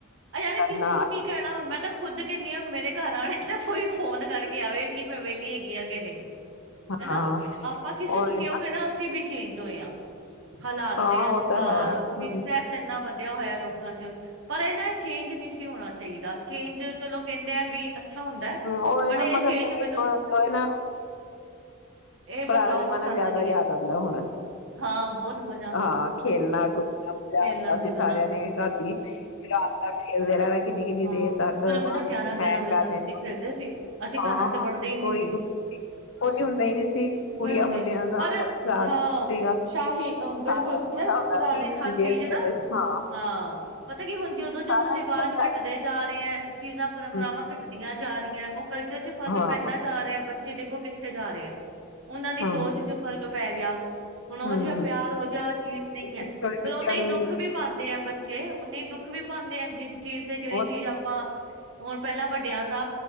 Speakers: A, on the right; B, on the left.
A: ਯਾਰ
B: ਕਰਨਾ
A: ਕਿਸੇ ਨੂੰ ਕੀ ਕਹਿਣਾ ਮੈਂ ਤਾਂ ਖੁੱਦ ਕਹਿੰਨੀ ਹਾਂ ਮੇਰੇ ਘਰ ਆਣੇ ਤੇ ਕੋਈ ਫੋਨ ਕਰਕੇ ਆਵੇ ਕਿ ਮੈਂ ਵਿਹਲੀ ਹੈਗੀ ਹਾਂ ਕਿ ਨਹੀਂ ਹਨਾ
B: ਹਾਂ
A: ਆਪਾਂ ਕਿਸੇ
B: ਉਹੀ
A: ਨੂੰ ਕਿਉਂ
B: ਨਾ
A: ਕਹਿਣਾ ਅਸੀਂ ਵੀ ਚੇਂਜ <unintelligible> ਹਾਲਾਤ
B: ਹਾਂ
A: ਦੇਿਆਂ ਨੂੰ
B: ਉਹ ਤਾਂ
A: ਹਾਰ
B: ਹੈ
A: ਕਿਉਂਕਿ
B: ਹਮ
A: ਇਸ ਤ ਇਨਾ ਵਧੀਿਆ ਹੋਇਆ ਲੋਕਾਂ ਚ ਪਰ ਇਹਨਾ ਚੇਂਜ ਨਹੀਂ ਸੀ ਹੋਣਾ ਚਾਹੀਦਾ ਚੇਂਜ ਚਲੋ ਕਹਿੰਦੇ ਆ ਵੀ ਅੱਛਾ ਹੁੰਦਾ
B: ਉਹ
A: ਬਟ
B: ਨਾ
A: ਇਹ
B: ਮਗਰ
A: ਚੇਂਜ
B: ਨਹੀਂ
A: ਮੈਨੂੰ
B: ਜੋ ਨਾ
A: ਇਹ ਬਦਲਾਓ
B: ਪੁਰਾਣਾ ਜਮਾਨਾ
A: ਪਸੰਦ
B: ਜਿਆਦਾ
A: ਨਹੀਂ
B: ਯਾਦ
A: ਹੈ
B: ਆਉਂਦਾ ਹੁਣ
A: ਹਾਂ ਬਹੁਤ ਮਜ਼ਾ
B: ਹਾਂ ਖੇਲਣਾ ਕੁਦ ਮਾ
A: ਖੇਲਣਾ
B: ਆਉਂਦਾ
A: ਕੁਦਣਾ
B: ਸੀ ਸਾਰਿਆਂ ਨੇ ਰਾਤੀ ਰਾਤ ਤੱਕ ਖੇਲਦੇ ਰਹਿਣਾ ਕਿੰਨੀ ਕਿੰਨੀ
A: ਹਾਂ
B: ਦੇਰ
A: ਤੁਹਾਨੂੰ
B: ਤੱਕ
A: ਪਤਾ ਗਿਆਰਾਂ ਗਿਆਰਾਂ
B: ਹੈ
A: ਵਜੇ
B: ਕਰ
A: ਤੱਕ ਅਸੀਂ ਖੇਲਦੇ ਸੀ ਅਸੀਂ ਘਰਾਂ
B: ਹਾਂ
A: ਚ ਵੜਦੇ ਹੀ ਨਹੀਂ
B: ਕੋਈ ਕੋਈ ਹੁੰਦਾ ਹੀ ਨੀ ਸੀ ਕੁੜੀਆਂ
A: ਹੋਏ ਹੁੰਦੇ
B: ਮੁੰਡਿਆਂ
A: ਨੇ
B: ਦਾ
A: ਪਰ
B: ਕੋਈ ਮਜ਼ਾਕ
A: ਹਾਂ
B: ਸੀਗਾ
A: ਸ਼ਾਹੀ ਅ ਬਿਲਕੁਲ
B: ਸਾਰਿਆਂ ਨੂੰ ਪਤਾ
A: ਪੁਰਾਣੇ
B: ਹੁੰਦਾ ਸੀ ਇੱਕ
A: ਹਰ
B: ਦੂਜੇ
A: ਚੀਜ਼
B: ਦੇ
A: ਨਾ
B: ਹਾਂ
A: ਹਾਂ <unintelligible> ਜਦੋਂ ਜਦੋਂ
B: ਸਾਰਿਆਂ
A: ਰਿਵਾਜ
B: ਵਿੱਚ ਸੱਚਾਈ
A: ਘੱਟਦੇ ਜਾ ਰਹੇ ਹੈ ਚੀਜ਼ਾਂ ਪਰੰਪਰਾਵਾਂ
B: ਸੀ। ਹੂੰ,
A: ਘਟਦੀਆਂ ਜਾ ਰਹੀਆਂ ਉਹ ਕਲਚਰ ਚ ਫ਼ਰਕ
B: ਹਾਂ
A: ਪੈਂਦਾ ਜਾ ਰਿਹਾ ਹੈ ਬੱਚੇ ਦੇਖੋ ਕਿੱਥੇ ਜਾ ਰਹੇ ਹੈ ਉਹਨਾਂ ਦੀ
B: ਹਾਂ
A: ਸੋਚ ਚ ਫ਼ਰਕ ਪੈ ਗਿਆ ਹੁਣ ਉਹ
B: ਹੂੰ
A: ਜਿਹਾ ਪਿਆਰ ਹੋ ਜਾ ਚੀਜ਼ ਨਹੀਂ
B: ਛੋਟੇ
A: ਹੈ ਪਰ
B: ਬੱਚਿਆਂ
A: ਉਹਨਾ ਹੀ
B: ਨੂੰ
A: ਦੁੱਖ
B: ਨੀ
A: ਵੀ ਪਾਉਂਦੇ ਹੈ ਬੱਚੇ ਉਹੇ ਦੁੱਖ ਵੀ ਪਾਉਂਦੇ ਆ ਜਿਸ ਚੀਜ਼ ਤੇ ਜਿਹੜੀ
B: ਉਹ
A: ਚੀਜ਼ ਆਪਾਂ ਹੁਣ ਪਹਿਲਾਂ ਵੱਡਿਆਂ ਦਾ